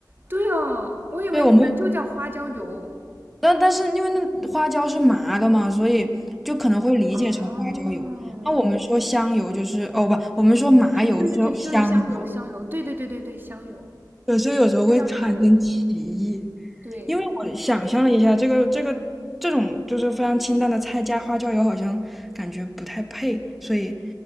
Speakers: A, on the right; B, in the centre.
A: 对哦，我以为你们就叫花椒油。
B: 对我们，但但是因为那花椒是麻的嘛，所以就可能会理解成花椒油。
A: 哦，
B: 那我们说香油就是哦不，我们说麻油是香油，
A: 对对对，就是香油，香油，对对对对对，香油。
B: 对，所以有时候会产生歧义。
A: 还有，对，
B: 因为我想象了一下，这个这个这种就是非常清淡的菜加花椒油，好像感觉不太配，所以